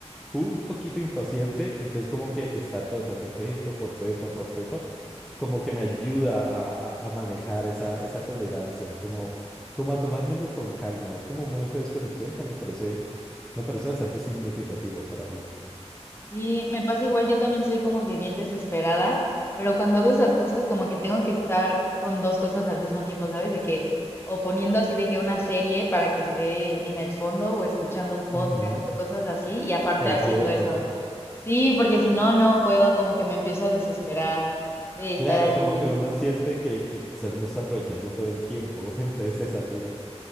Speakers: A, in the centre; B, on the left (about 20°).
A: un poquito impaciente, entonces como que estar colocando pepa por pepa por pepa, como que me ayuda a, a- a manejar esa, esa tolerancia, como, como a tomármelo con calma. Es como un momento de desconexión que me parece, me parece bastante significativo para mí.
B: Sí, me pasa igual, yo también soy como que bien desesperada, pero cuando hago esas cosas como que tengo que estar con dos cosas al mismo tiempo, ¿sabes? De que o poniendo así de que una serie para que esté en el fondo o escuchando un podcast
A: Ujú.
B: o cosas así y aparte
A: El
B: haciendo
A: ruido de
B: eso.
A: fondo.
B: Sí, porque si no, no puedo, como que me empiezo a desesperar de estar
A: Claro,
B: allí.
A: como que uno siente que, que quizás no está aprovechando todo el tiempo, <laughs> entonces se satura.